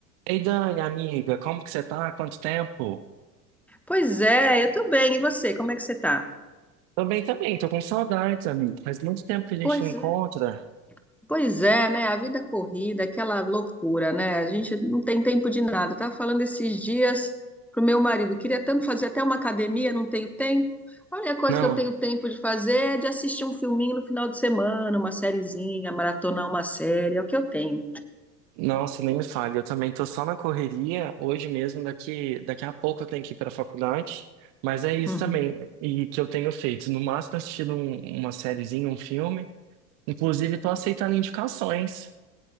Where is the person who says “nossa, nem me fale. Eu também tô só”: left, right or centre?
Right